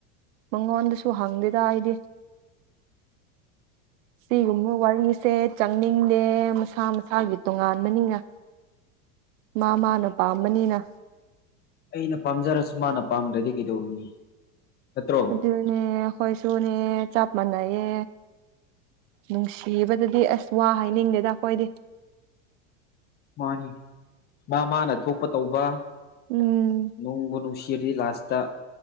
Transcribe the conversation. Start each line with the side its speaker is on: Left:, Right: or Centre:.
Right: ꯃꯉꯣꯟꯗꯁꯨ ꯍꯪꯗꯦꯗ ꯑꯩꯗꯤ
Left: <inaudible>
Right: ꯁꯤꯒꯨꯝꯕ ꯋꯥꯔꯤꯁꯦ ꯆꯪꯅꯤꯡꯗꯦ ꯃꯁꯥ ꯃꯁꯥꯒꯤ ꯇꯣꯉꯥꯟꯕꯅꯤꯅ ꯃꯥ ꯃꯥꯅ ꯄꯥꯝꯕꯅꯤꯅ
Left: ꯑꯩꯅ ꯄꯥꯝꯖꯔꯁꯨ ꯃꯥꯅ ꯄꯥꯝꯗ꯭ꯔꯗꯤ ꯀꯩꯗꯧꯔꯨꯅꯤ ꯅꯠꯇ꯭ꯔꯣ
Right: ꯑꯗꯨꯅꯦ ꯑꯩꯈꫭꯏꯁꯨꯅꯦ ꯆꯞ ꯃꯥꯟꯅꯩꯌꯦ ꯅꯨꯡꯁꯤꯕꯗꯗꯤ ꯑꯁ ꯋꯥ ꯍꯥꯏꯅꯤꯡꯗꯦꯗ ꯑꯩꯈꯣꯏꯗꯤ
Left: ꯃꯥꯅꯤ ꯃꯥ ꯃꯥꯅ ꯊꯣꯛꯄ ꯇꯧꯕ
Right: ꯎꯝ
Left: ꯅꯨꯡꯕꯨ ꯅꯨꯡꯁꯤꯗꯤ ꯂꯥꯁꯇꯥ